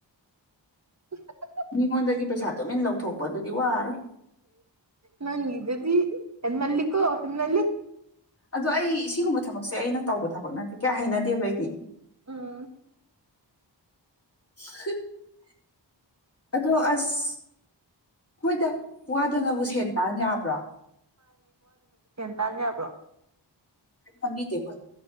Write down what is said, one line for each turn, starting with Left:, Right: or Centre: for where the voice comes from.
Right: <inaudible>
Left: ꯃꯤꯉꯣꯟꯗꯗꯤ ꯄꯩꯁꯥ ꯇꯨꯃꯤꯟ ꯂꯧꯊꯣꯛꯄ ꯑꯗꯨꯗꯤ ꯋꯥꯔꯣꯏ
Right: ꯅꯪꯒꯤꯗꯨꯗꯤ ꯍꯦꯟꯃꯜꯂꯤꯀꯣ ꯍꯦꯟꯃꯜꯂꯤ
Left: ꯑꯗꯣ ꯑꯩ ꯁꯤꯒꯨꯝꯕ ꯊꯕꯛꯁꯦ ꯑꯩꯅ ꯇꯧꯕ ꯊꯕꯛ ꯅꯠꯇꯦ ꯀꯌꯥ ꯍꯩꯅꯗꯦꯕ ꯑꯩꯗꯤ
Right: ꯎꯝ
Left: <unintelligible> ꯑꯗꯣ ꯑꯁ ꯍꯣꯏꯗ ꯋꯥꯗꯅꯕꯨ ꯁꯦꯟ ꯇꯥꯟ ꯌꯥꯕ꯭ꯔꯣ
Right: ꯇꯥꯅꯤꯄ꯭ꯔꯣ
Left: ꯈꯕꯤꯗꯀꯣ